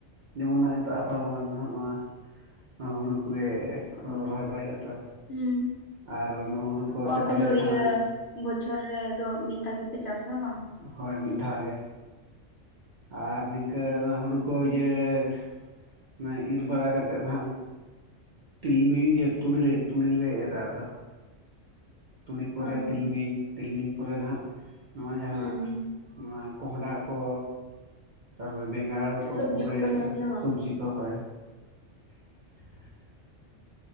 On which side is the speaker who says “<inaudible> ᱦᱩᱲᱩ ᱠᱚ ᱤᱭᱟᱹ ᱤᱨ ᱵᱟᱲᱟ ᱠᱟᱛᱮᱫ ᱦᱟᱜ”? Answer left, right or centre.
Right